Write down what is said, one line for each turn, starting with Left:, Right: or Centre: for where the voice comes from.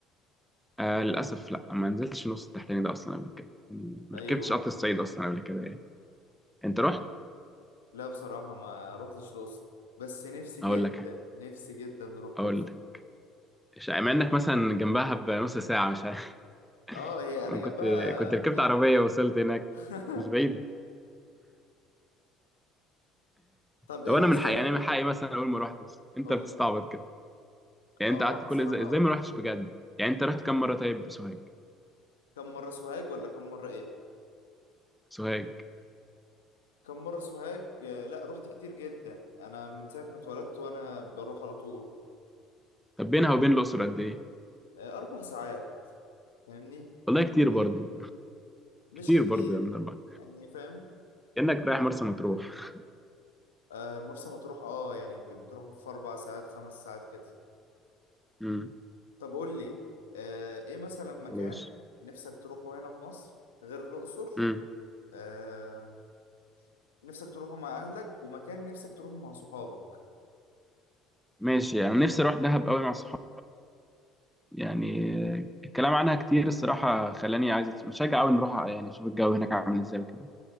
Centre: آه للأسف لأ ما نزلتش نص التحتاني ده أصلا قبل كده يعني ما
Left: أيوه
Centre: ركبتش قطر الصعيد أصلا قبل كده يعني أنت رحت؟
Left: لا بصراحة ما رحتش الأقصر بس نفسي جدا
Centre: أقول لك
Left: نفسي جدا نروح
Centre: أقول
Left: الأقصر
Centre: لك شا- مع إنك مثلا جنبها بنص ساعة مش عارف
Left: اه هي
Centre: يعني
Left: أنا جنبها
Centre: كنت كنت ركبت
Left: يعني
Centre: عربية ووصلت هناك
Left: <laughs>
Centre: مش بعيدة
Left: طب
Centre: طب
Left: إيه
Centre: انا
Left: مثلا؟
Centre: من حقي يعني من حقي مثلا اقول ما روحتش انت
Left: قول
Centre: بتستعبط
Left: لي
Centre: كده يعني
Left: اه
Centre: انت قعدت
Left: اه
Centre: كل
Left: بصراحة
Centre: ازاي ازاي
Left: آه.
Centre: ما روحتش بجد يعني انت رحت كام مره طيب سوهاج
Left: كم مرة سوهاج ولا كم مرة إيه؟
Centre: سوهاج
Left: كم مرة سوهاج؟ آه، لا رحت كتير جدا أنا من ساعة ما اتولدت وأنا بروح على طول
Centre: طب بينها وبين الاقصر قد ايه
Left: آه، أربع ساعات فاهمني؟
Centre: والله
Left: مش
Centre: كتير
Left: كتير
Centre: برضو
Left: مش
Centre: كتير
Left: كتير
Centre: برضو يا من الله
Left: يعني فاهم؟
Centre: كانك رايح مرسى مطروح
Left: آه، مرسى مطروح اه يعني بتروح في أربع ساعات خمس ساعات كده
Centre: امم
Left: طب قول لي آه، ايه مثلا مكان
Centre: ماشي
Left: نفسك تروحه هنا في مصر غير الأقصر
Centre: امم
Left: آه، نفسك تروحه مع أهلك ومكان نفسك تروحه مع صحابك
Centre: ماشي يعني نفسي اروح دهب قوي مع صحاب يعني الكلام عنها كتير الصراحه خلاني عايز أت- مشجع قوي نروح يعني اشوف الجو هناك عامل ازاي وكده